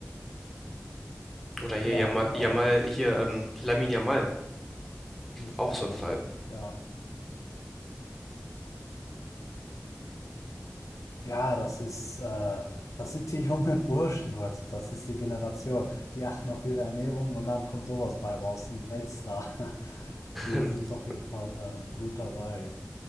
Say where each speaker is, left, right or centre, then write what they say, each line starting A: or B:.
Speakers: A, in the centre; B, on the left.
A: Oder hier
B: Ja,
A: Yamal,
B: genau,
A: Yamal
B: das,
A: hier
B: das
A: ähm, Lamine Yamal,
B: Musiala.
A: auch so ein Fall.
B: Ja, Ja, das ist, äh, das sind die jungen Burschen heutzutage, das ist die Generation. Die achten auf ihre Ernährung und dann kommt sowas bei raus, ein Weltstar. <laughs> Die
A: <laughs>
B: sind auf jeden Fall ähm, gut dabei.